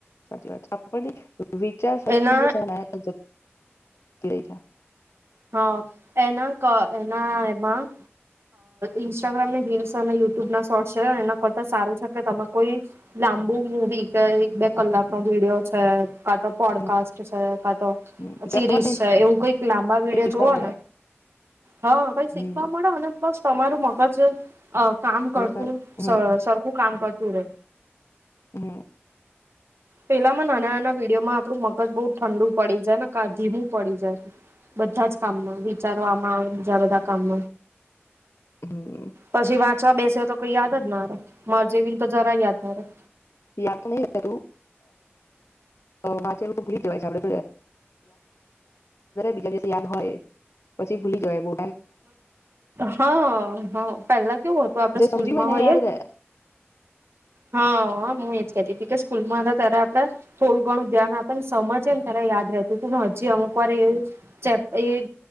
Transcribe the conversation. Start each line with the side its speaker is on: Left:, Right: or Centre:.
Left: સાચી વાત છે આપ વિચાર શક્તિ
Right: એના
Left: છે ને <inaudible> <unintelligible>
Right: હા એના એના એમાં ઇન્સ્ટાગ્રામની રીલ્સ અને યુટ્યુબ ના શોર્ટ છે એના કરતા સારું છે કે તમે કોઈ લાંબુ મવી કે એક બે કલાકનો વિડીયો છે કા તો પોડકાસ્ટ
Left: હમ
Right: છે કા તો
Left: હમ
Right: સિરીઝ
Left: ગમે
Right: છે એવું કઈક લાબુ મા વિડિયો
Left: તે શીખવા
Right: જોવો
Left: મળે
Right: ને હા કઈ
Left: હમ
Right: શીખવા મળે અને તમારું મગજ અ કામ
Left: સરસ
Right: કરતું
Left: ભાઈ હમ
Right: સરખું કામ કરતું. પૂરે
Left: હમ.
Right: પેલામાં નાના નાના વિડીયોમાં આપડું મગજ બહુ ઠંડુ પડી જાય ને કા ધીમું પડી જાય. બધા જ કામમાં વિચારવા આમાં બીજા બધા કામ
Left: હમ
Right: પછી વા ચ બેસે તો કોઈ યાદ જ ના ર માર જેવી ને તો જરા યાદ ના
Left: યાદ તો નહી તું વાચે ભૂલી જવાય આપે બીજા યાદ હોય પછી ભૂલી જવાય બો
Right: હા હા પેલા કેવું હતું આપડે
Left: જે
Right: સ્કૂલમાં
Left: સમજ્યું હોય
Right: હોઈએ
Left: એ યાદ રહે
Right: ને હા હા હું એજ કતી તું કે સ્કૂલમાં હતા ત્યારે આપણે થોડું ઘણું ધ્યાન આપે ને સમજે ને ત્યારે યાદ રહેતું હતું હજી અમુક વાર એ. ચાલ એ